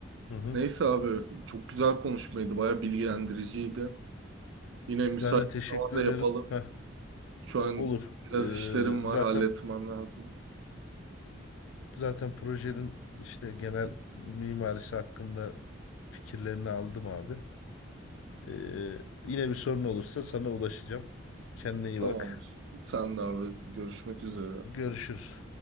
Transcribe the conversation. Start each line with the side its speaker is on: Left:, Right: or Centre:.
Left: Hı hı.
Right: Neyse abi çok güzel konuşmaydı. Baya bilgilendiriciydi. Yine
Left: Ben
Right: müsait
Left: de
Right: bir
Left: teşekkür
Right: zamanda
Left: ederim.
Right: yapalım.
Left: Heh,
Right: Şu an
Left: olur.
Right: biraz
Left: Ee,
Right: işlerim var
Left: zaten
Right: halletmem lazım.
Left: Zaten projenin işte genel mimarisi hakkında fikirlerini aldım abi. Ee, yine bir sorun olursa sana ulaşacağım. Kendine iyi
Right: Tamamdır.
Left: bak.
Right: Sen de abi görüşmek üzere.
Left: Görüşürüz.